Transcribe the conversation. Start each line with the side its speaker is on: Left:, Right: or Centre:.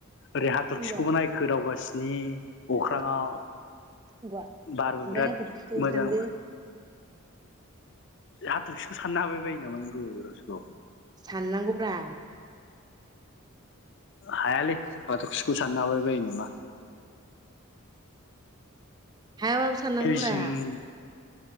Left: ओरै हाथरखिखौबो
Right: होनबा
Left: नायखो दावगासिनो नि अख्राङाव
Right: बुवा बुवा
Left: बारबो
Right: ओमफ्राय
Left: बिराद
Right: हाथरखिखौ
Left: मोजां
Right: सानदो
Left: हाथरखिखौ साननो हाबाय बायो नामा नों गोदाव सोराव
Right: साननांगौब्रा
Left: हायालै हाथरखिखौ साननो हाबायबायो नामा
Right: हायाबाबो साननांगौब्रा
Left: दै जिं